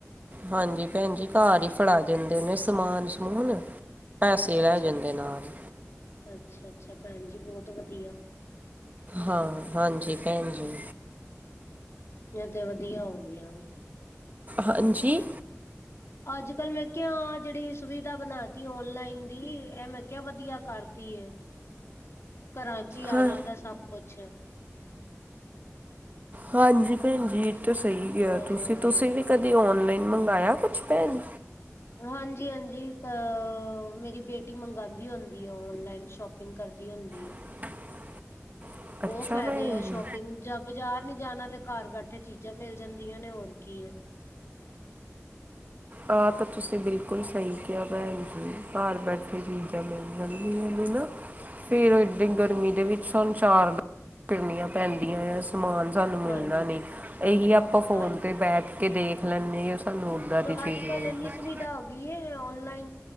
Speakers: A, on the right; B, on the left.
A: ਹਾਂਜੀ ਭੈਣ ਜੀ ਘਰ ਹੀ ਫੜਾ ਦਿੰਦੇ ਨੇ ਸਮਾਨ ਸਮੂਨ। ਪੈਸੇ
B: ਅੱਛਾ
A: ਰਹਿ ਜਾਂਦੇ
B: ਅੱਛਾ
A: ਨਾਲ।
B: ਅੱਛਾ- ਅੱਛਾ ਭੈਣ ਜੀ, ਬਹੁਤ ਵਧੀਆ।
A: ਹਾਂ, ਹਾਂਜੀ, ਭੈਣ ਜੀ।
B: ਇਹ ਤੇ ਵਧੀਆ ਹੋਗਆਂ।
A: ਹਾਂਜੀ,
B: ਅੱਜ -ਕੱਲ ਮੈਂ ਕਿਹਾ, ਜਿਹੜੀ ਸੁਵਿਧਾ ਬਣਾ ਤੀ ਓਨਲਾਈਨ ਦੀ, ਇਹ ਮੈਂ ਕਿਹਾ ਵਧੀਆ। ਕਰਦੀ ਹੈ, ਘਰਾਂ 'ਚ ਹੀ ਆ
A: ਹਾਂ
B: ਜਾਂਦਾ ਸਭ ਕੁਛ।
A: ਹਾਂਜੀ ਭੈਣ ਜੀ ਇਹ ਤਾਂ ਸਹੀ
B: ਹਾਂ
A: ਆ ਤੁਸੀ - ਤੁਸੀਂ ਵੀ ਕਦੇ ਔਨਲਾਈਨ ਮੰਗਵਾਇਆ ਕੁਛ ਭੈਣ
B: ਹਾਂਜੀ-ਹਾਂਜੀ ਅ ਮੇਰੀ ਬੇਟੀ ਮੰਗਾਆਦੀ ਹੁੰਦੀ ਐ ਔਨਲਾਈਨ ਸ਼ੋਪਿੰਗ ਕਰਦੀ ਹੁੰਦੀ ਐ।
A: <unintelligible>
B: ਬਹੁਤ ਫਾਇਦੇ
A: ਭੈਣ
B: ਆ
A: ਜੀ
B: ਸ਼ੋਪਿੰਗ ਜਾਂ ਬਜ਼ਾਰ ਨੀ ਜਾਣਾ ਤੇ ਘਰ ਬੈਠੇ ਚੀਜ਼ਾਂ ਮਿਲ ਜਾਂਦੀਆਂ ਨੇ ਹੋਰ ਕੀ ਏ।
A: ਆ ਤਾਂ ਤੁਸੀਂ ਬਿਲਕੁਲ ਸਹੀ ਕਿਹਾ ਭੈਣ ਜੀ ਘਰ ਬੈਠੇ ਚੀਜ਼ਾਂ ਮਿਲ ਜਾਦਿਆਂ ਨੇ ਹੈਨਾ। ਫੇਰ ਏਡੇ ਗਰਮੀ ਦੇ ਵਿੱਚ ਸਾਨੂੰ ਚਾਰ ਫਿਰਨੀਆਂ ਪੈਂਦੀਆਂ ਆ। ਸਮਾਨ ਸਾਨੂੰ ਮਿਲਦਾ
B: ਹਾਂਜੀ
A: ਨੀ। ਇਹੀ ਆਪਾਂ ਫੋਨ
B: ਹਾਂਜੀ
A: ਤੇ ਬੈਠ ਕੇ ਦੇਖ ਲੈਂਨੇ ਆ ਸਾਨੂੰ ਉੱਦਾਂ ਦੀ ਚੀਜ਼
B: ਅੱਜ-ਕੱਲ
A: ਮਿਲਦੀ
B: ਇੰਨੀ ਸੁਵਿਧਾ ਹੋ ਗਈ ਐ ਔਨਲਾਈਨ